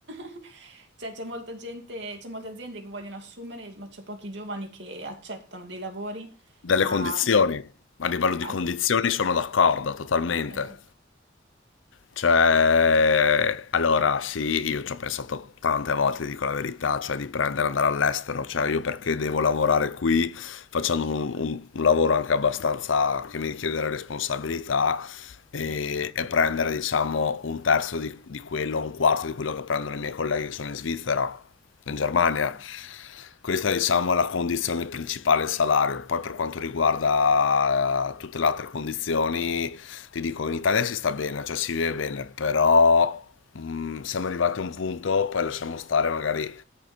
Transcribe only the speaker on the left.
Delle
condizioni, a livello di
condizioni sono d'accordo totalmente.
Cioè, allora sì, io ci ho pensato tante volte, dico la verità, cioè di prendere, andare all'estero, cioè io perché devo lavorare qui facendo un, un- un lavoro anche abbastanza che mi richiede delle responsabilità e,
e prendere diciamo un terzo di, di quello, un quarto di quello che prendono i miei colleghi che sono in Svizzera, in Germania.
Questa diciamo è la condizione principale, il salario. Poi per quanto riguarda eh, tutte le altre condizioni ti dico, in Italia si sta bene, cioè si vive bene, però mh, siamo arrivati a un punto, poi lasciamo stare magari